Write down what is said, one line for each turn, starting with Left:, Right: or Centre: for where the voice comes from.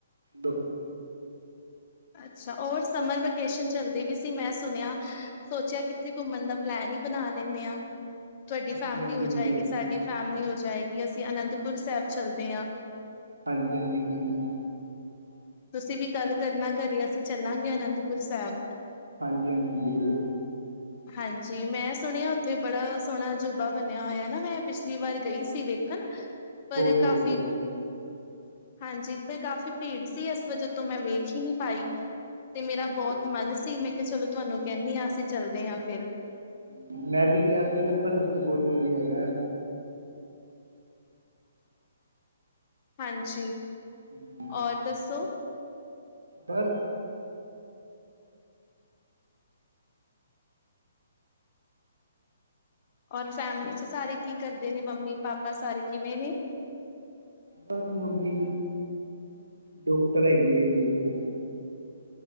Right: ਦਾ।
Left: ਅੱਛਾ। ਹੋਰ ਸਮਰ ਵੇਕੇਸ਼ਨ ਚੱਲਦੀ ਵੀ ਸੀ। ਮੈਂ ਸੁਣਿਆ ਸੋਚਿਆ ਕਿੱਤੇ ਘੁੰਮਣ ਦਾ ਪਲੈਨ ਹੀ ਬਣਾ ਲੈਂਨੇ ਆਂ। ਤੁਹਾਡੀ
Right: ਹਾਂਜੀ
Left: ਫੈਮਿਲੀ
Right: ਹਾਂਜੀ
Left: ਹੋ
Right: ਕਿਵੇਂ
Left: ਜਾਏਗੀ
Right: ਨੇ
Left: ਸਾਡੀ ਫੈਮਿਲੀ ਜਾਏਗੀ। ਅਸੀਂ ਅਨੰਦਪੁਰ ਸਾਹਿਬ ਚੱਲਦੇ ਆ।
Right: ਹਾਂਜੀ, ਹਾਂਜੀ। <inaudible>
Left: ਤੁਸੀਂ ਵੀ ਗੱਲ ਕਰਨਾ ਘਰੇ ਅਸੀਂ ਚੱਲਾਂਗੇ ਅਨੰਦਪੁਰ ਸੈਬ।
Right: ਹਾਂਜੀ, ਹਾਂਜੀ। ਜ਼ਰੂਰ।
Left: ਹਾਂਜੀ ਮੈਂ ਸ ਸੁਣਿਆ ਉੱਥੇ ਬੜਾ ਸੋਹਣਾ ਜਿ ਦਾ ਬਨਿਆ ਹੋਇਆ ਨਾ ਮੈਂ ਪਿਛਲੀ ਵਾਰੀ ਗਈ
Right: ਹਾਂ ਹਾਂ
Left: ਸੀ ਵੇਖਨ ਫੇਰ
Right: ਬਹੁਤ
Left: ਕਾਫ਼ੀ
Right: ਵਧੀਆ
Left: ਪੁ ਹਾਂਜੀ, ਪਰ ਕਾਫੀ ਭੀੜ ਸ ਸੀ, ਇਸ ਵਜਹ ਤੋ ਮੈਂ ਵੇਖ ਹੀ ਨੀ ਪਾਈ। ਤੇ ਮੇਰਾ
Right: ਹਾਂਜੀ
Left: ਬਹੁਤ ਮਨ ਸੀ, ਮੈਂ ਕਿਹਾ ਚਲੋ। ਤੁਹਾਨੂੰ ਕਹਿੰਨੀਂ ਆਂ, ਅਸੀ ਚੱਲਦਿਆਂ ਫੇਰ।
Right: ਹਸ ਮੈਂ ਵੀ ਗਿਆ ਸੀਗਾ, ਪਰ ਉੱਥੇ ਬਹੁਤ ਵਧੀਆ ਹੈਗਾ ਐ।
Left: ਹਾਂਜੀ
Right: ਹਮ,
Left: ਓਰ ਦੱਸੋ?
Right: ਬਸ
Left: ਔਰ ਫੈਮਿਲੀ ਚ ਸਾਰੇ ਕੀ ਕਰਦੇ ਨੇ, ਮੰਮੀ ਪਾਪਾ ਸਾਰੇ ਕਿਵੇਂ ਨੇਂ।
Right: ਬਸ, ਮੰਮੀ ਜੀ ਡਾਕਟਰ ਹੈਗੀਆ ਹੈਗੀ ਏ ਬੱਚ